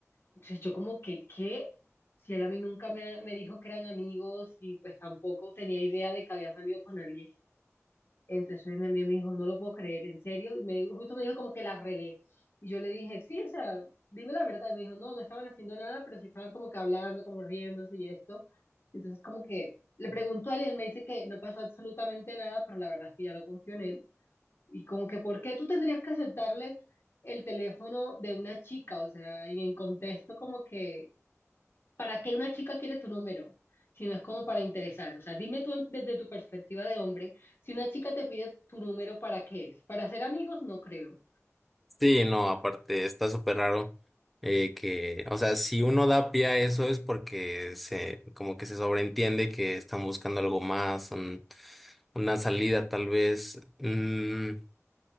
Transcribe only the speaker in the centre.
Sí, no, aparte está súper raro eh, que, o sea, si uno da pie a eso es porque se, como que se sobreentiende que están buscando algo más, un- una salida tal vez. Mm,